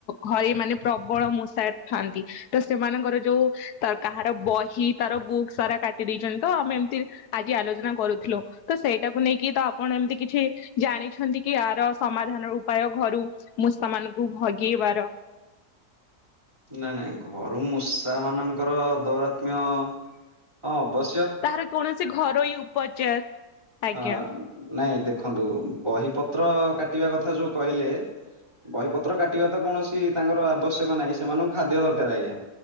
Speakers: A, on the left (about 80°); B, on the right (about 15°).
A: ଘରେ ମାନେ ପ୍ରବଳ ମୁ ଟ ଥାଆନ୍ତି ତ ସେମାନଙ୍କର ଯୋଉ ତ କାହାର ବହି ତାର ବୁକ୍ ସାରା କାଟି ଦେଇେଇଛନ୍ତି ତ ଆମେ ଏମିତି ଆଜି ଆଲୋଚନା କରୁଥିଲୁ ତ ସେଇଟାକୁ ନେଇକି ତ ଆପଣ ଏମିତି କିଛି ଜାଣିଛନ୍ତି କି ଏହାର ସମାଧାନର ଉପାୟ ଘରୁ ମୁଷମାନଙ୍କୁ ଭଗେଇବାର।
B: ନାଇଁ ନାଇଁ ଘରୁ ମୂଷା ମାନଙ୍କର ଦୌରାତ୍ମ୍ୟ ହଁ ଅବ
A: ତହାର କୌଣସି ଘରୋଇ ଉପଚାର ଆଜ୍ଞା
B: ହଁ ନାଇଁ ଦେ ଦେଖନ୍ତୁ ବହିପତ୍ର କାଟିବା କଥା ଯୋଉ କହିଲେ ବହିପତ୍ର କାଟିବା ତ କୌଣସି ତାଙ୍କର ଆବଶ୍ୟକ ନାହିଁ ସେମାନଙ୍କୁ ଖାଦ୍ୟ ଦରକାର ଆଜ୍ଞା,